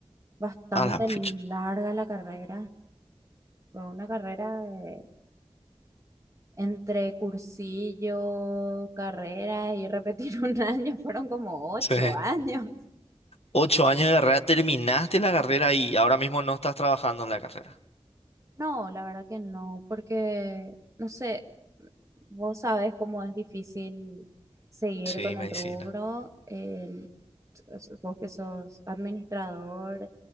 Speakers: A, on the right; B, on the left.
A: bastante
B: a la ficha.
A: larga la carrera. Fue una carrera de- entre cursillo, carrera y repetir <laughs> un año, fueron como ocho
B: Sí.
A: años.
B: Ocho años de carrera, terminaste la carrera y ahora mismo no estás trabajando en la carrera.
A: No, la verdad que no, porque, no sé, vos sabés cómo es difícil seguir
B: Sí,
A: con
B: medicina.
A: el rubro. em, s- vos que sos administrador